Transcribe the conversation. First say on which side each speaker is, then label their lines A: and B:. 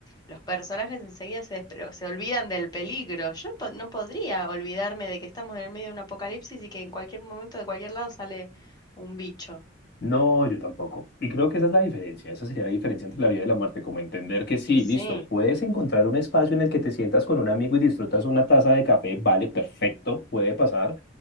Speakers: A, on the left; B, on the left.
A: Los personajes enseguida se, despre- se olvidan del peligro. Yo po- no podría olvidarme de que estamos en el medio de un apocalipsis y que en cualquier momento de cualquier lado sale un bicho.
B: No, yo tampoco. Y creo que esa es la diferencia, esa sería la diferencia entre la vida y la muerte, como entender que sí,
A: Y sí,
B: listo, puedes encontrar un espacio en el que te sientas con un amigo y disfrutas una taza de café, vale, perfecto, puede pasar,